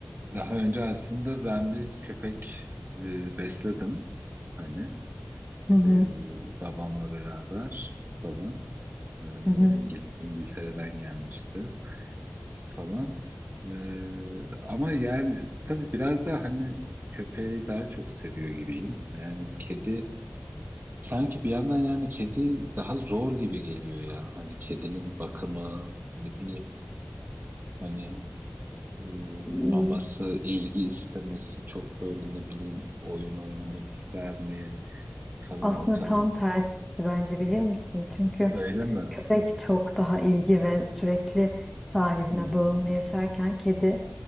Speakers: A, on the right (about 45°); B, in the centre.
A: daha önce aslında ben bir köpek e, besledim. Hani
B: Hı hı,
A: e, babamla beraber falan. E,
B: hı hı.
A: İngiliz, İngiltere'den gelmişti. falan. Ee, ama yani tabii biraz daha hani köpeği daha çok seviyor gibiyim. Yani kedi sanki bir yandan yani kedi daha zor gibi geliyor ya. Hani kedinin bakımı ne bileyim hani e,
B: Hmm.
A: maması, ilgi istemesi çok böyle ne bileyim oyun oynamak ister mi falan
B: Aslında
A: o tarz.
B: tam tersi bence biliyor musun? Çünkü
A: Öyle mi?
B: Köpek çok daha ilgi ve sürekli sahibine
A: Hmm.
B: bağımlı yaşarken kedi